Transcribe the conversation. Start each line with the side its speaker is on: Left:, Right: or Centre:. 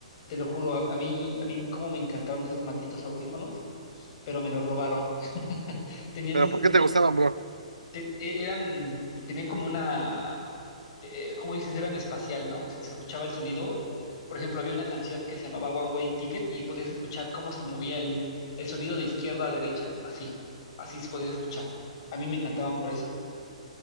Left: te lo juro, a, a mí, a mí cómo me encantaron esos malditos audífonos, pero me los robaron. Tenían
Right: ¿Pero
Left: un,
Right: por qué
Left: te-
Right: te gustaban, bro?
Left: te- e- eran, tenían como una, eh, ¿cómo dices? Eran espacial, ¿no? Se se escuchaba el sonido. Por ejemplo, había una canción que se llamaba One Way Ticket y podías escuchar cómo se movía el, el sonido de izquierda a derecha, ¿no? Así, así se podía escuchar. A mí me encantaban por eso.